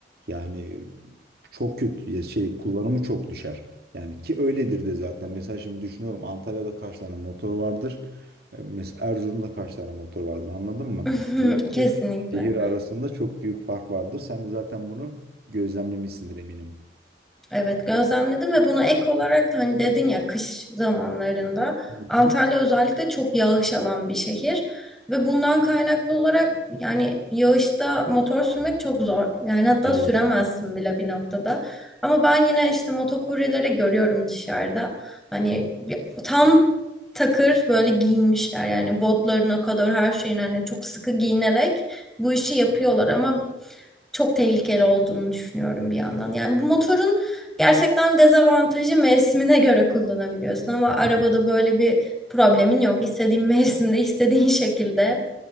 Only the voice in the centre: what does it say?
<laughs>
Kesinlikle.
Evet gözlemledim ve buna ek olarak da hani dedin ya kış zamanlarında
Antalya özellikle çok yağış alan bir şehir ve bundan kaynaklı olarak yani yağışta motor sürmek çok zor. Yani hatta
süremezsin bile bir noktada. Ama ben yine işte motokuryeleri görüyorum dışarıda. Hani bir- tam takır böyle giyinmişler yani botlarına kadar her şeyin hani çok sıkı giyinerek bu işi yapıyorlar ama çok tehlikeli olduğunu düşünüyorum bir yandan. Yani bu motorun gerçekten dezavantajı mevsimine göre kullanabiliyorsun ama
arabada böyle bir problemin yok. İstediğin <laughs> mevsimde, istediğin şekilde